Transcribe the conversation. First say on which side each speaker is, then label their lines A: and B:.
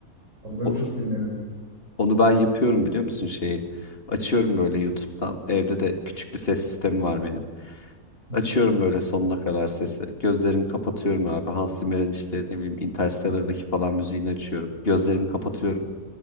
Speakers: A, on the right; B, on the left.
A: Onları
B: O-
A: çok dinlerim.
B: Onu ben yapıyorum biliyor musun şeyi? Açıyorum böyle YouTube'dan. Evde de küçük bir ses sistemi var benim.
A: <laughs> Hı
B: Açıyorum
A: hı.
B: böyle sonuna kadar sesi. Gözlerimi kapatıyorum abi. Hans Zimmer'in işte ne bileyim Interstellar'daki falan müziğini açıyorum. Gözlerimi kapatıyorum.